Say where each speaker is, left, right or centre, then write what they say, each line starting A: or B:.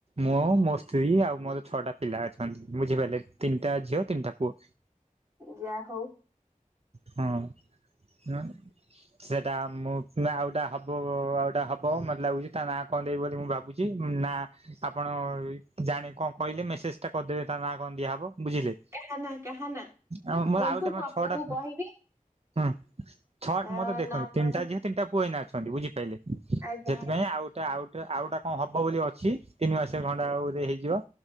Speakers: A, on the right (about 45°); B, on the right (about 20°).
A: ମୁଁ ମୋ ସ୍ତ୍ରୀ ଆଉ ମୋର ଛଅଟା ପିଲା ଅଛନ୍ତି ବୁଝିପାରିଲେ? ତିନିଟା ଝିଅ, ତିନିଟା ପୁଅ।
B: ଯା ହଉ।
A: ହଁ ନାଇଁ ସେଟା ମୁଁ ନା ଆଉ ଗୋଟା ହବ ଆଉ ଗୋଟା ହବ। ମୋତେ ଲାଗୁଛି ତା ନାଁ କଣ ଦେବି ବୋଲି ମୁଁ ଭାବୁଛି। ନାଁ ଆପଣ ଜାଣେ କଣ କହିଲେ ମେସେସ୍ ଟା କରିଦେବେ ତା ନାଁ କଣ ଦିଆହବ ବୁଝିଲେ?
B: କାହା ନାଁ କାହା ନାଁ
A: ଆଉ ମୋର
B: ହୁହନ୍ତୁ
A: ଆଉ ଗୋଟେ
B: ମୁଁ ଆପଣଙ୍କୁ
A: ଛଅଟା
B: କହିବି।
A: ହୁଁ, ଛଅ
B: ଆ
A: ମୋତେ ଦେଖନ୍ତୁ
B: ନା
A: ତିନିଟା
B: କଣ
A: ଝିଅ ତିନିଟା ପୁଅ ଏଇନା ଅଛନ୍ତି। ବୁଝି ପାଇଲେ,
B: ଆଜ୍ଞା
A: ସେଥିପାଇଁ
B: ଆଜ୍ଞା
A: ଆଉ ଟା ଆଉଟେ ଆଉ ଗୋଟା କଣ ହବ ବୋଲି ଅଛି ତିନି ମାସେ ଖଣ୍ଡେ ଆଉ ବୋଧେ ହେଇଯିବ।